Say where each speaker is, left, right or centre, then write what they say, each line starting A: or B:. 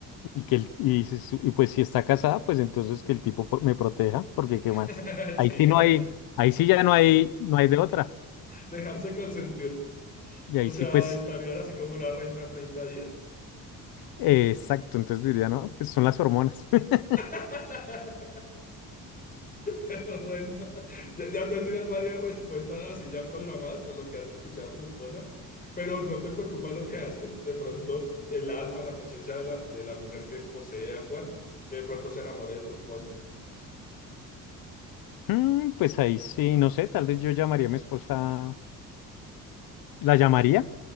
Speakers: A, on the left; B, on the left.
A: y que el, y, si su- y pues si está casada, pues entonces que el tipo po- me proteja, porque qué
B: <laughs>
A: más. Ahí
B: sí,
A: sí
B: ya.
A: no hay, ahí sí ya no hay, no hay de otra.
B: Dejarse consentir.
A: Y ahí
B: O sea,
A: sí, pues,
B: estarías así como una reina 30 días.
A: eh, exacto, entonces diría, no, pues son las hormonas. <laughs>
B: <laughs> Pero bueno, ya, ya tendrías varias respuestas así ya programadas por lo que has escuchado a tu esposa, pero no te preocupa lo que hace de pronto el alma, la conciencia de la, de la mujer que posee a Juan, que de pronto se enamore de tu esposa.
A: Mm, pues ahí sí, no sé, tal vez yo llamaría a mi esposa, la llamaría,